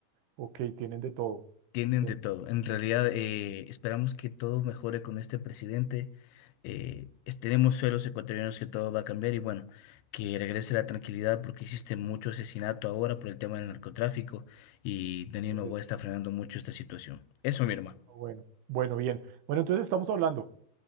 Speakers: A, on the right; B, on the left.
A: ok, tienen de todo.
B: Tienen
A: Ten-
B: de todo. En realidad, eh, esperamos que todo mejore con este presidente. Eh, es- tenemos fe los ecuatorianos que todo va a cambiar y bueno, que regrese la tranquilidad porque existe mucho asesinato ahora por el tema del narcotráfico y Daniel
A: ok,
B: Noboa está frenando mucho esta situación. Eso, mi hermano,
A: Bueno, bueno, bien. Bueno, entonces estamos hablando.